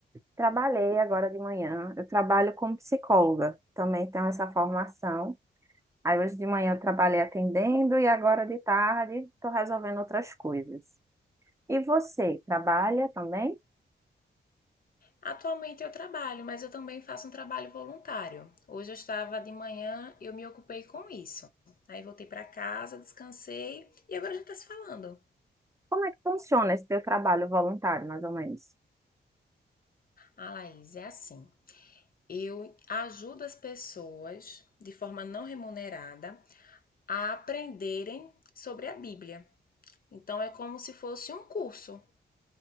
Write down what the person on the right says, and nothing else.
Trabalhei agora de manhã. Eu trabalho como psicóloga, também tenho essa formação. Aí hoje de manhã eu trabalhei atendendo e agora de tarde estou resolvendo outras coisas. E você, trabalha também?
Como é que funciona esse teu trabalho voluntário, mais ou menos?